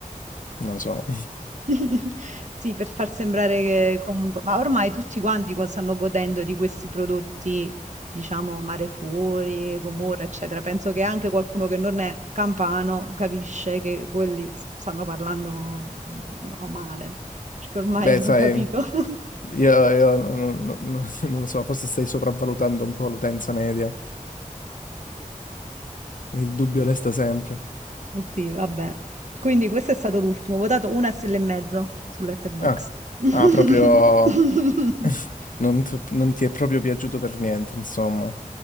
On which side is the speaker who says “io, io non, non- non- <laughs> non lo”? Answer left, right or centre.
Left